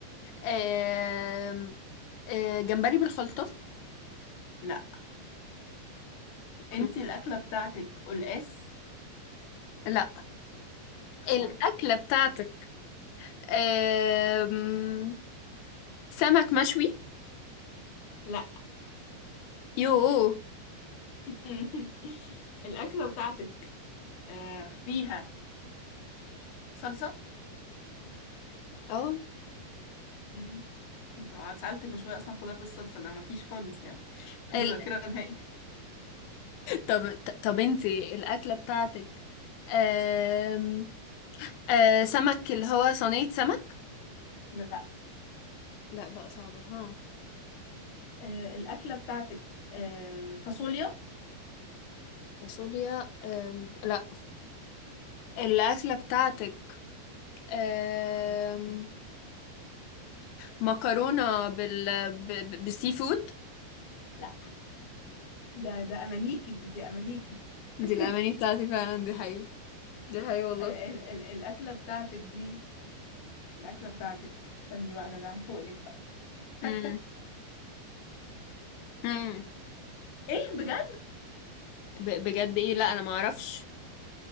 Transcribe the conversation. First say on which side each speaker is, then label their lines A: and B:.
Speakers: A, on the left (about 80°); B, on the left (about 65°).
A: آم، آه، جمبري بالخلطة
B: لا انت
A: مم.
B: الاكله بتاعتك قلقاس
A: لا
B: خساره
A: الأكلة بتاعتك آم، سمك مشوي
B: لا
A: يوه
B: <laughs> الأكلة بتاعتك آه فيها صلصه
A: اه
B: مم. سألتك من شوية أصلا خضار بالصلصة ده مفيش خالص يعني في
A: ال...
B: ذاكرة
A: <laughs>
B: نهائي
A: طب طب انتي الأكلة بتاعتك أم... آه سمك اللي هو صينية سمك
B: لا
A: لا بقى صعبة ها
B: آه الأكلة بتاعتك آه فاصوليا
A: فاصوليا أم... لا الأكلة بتاعتك آه مكرونة بال ب... ب- بالسي فود
B: لا ده ده أمانيكي دي دي أمانيكي
A: دي
B: <laughs>
A: الأماني بتاعتي فعلا دي حقيقة دي حقيقة والله
B: ال ال ال الأكلة بتاعتك دي الأكلة بتاعتك استني بقى ده أنا هفوق لك بقى فتة
A: مم. مم.
B: إيه بجد؟
A: ب... بجد ايه لا انا ما اعرفش